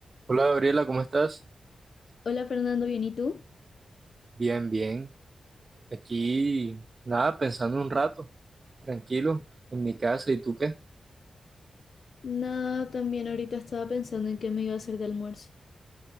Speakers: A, on the right (about 40°); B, on the left (about 65°).
A: Hola Gabriela, ¿cómo estás?
B: Hola Fernando, ¿bien y tú?
A: Bien, bien. Aquí, nada, pensando un rato, tranquilo, en mi casa. ¿Y tú qué?
B: Nada, también ahorita estaba pensando en qué me iba a hacer de almuerzo.